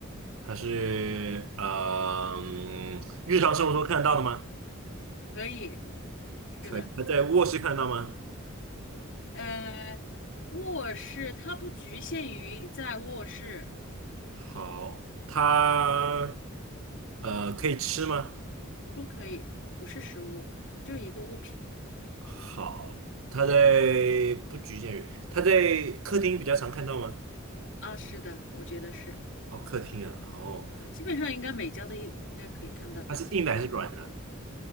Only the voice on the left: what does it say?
可以，是的。
呃，卧室它不局限于在卧室，
不可以，不是实物，就是一个物品
啊。是的，我觉得是，
嗯，基本上应该每家都应应该可以看到，
就是客厅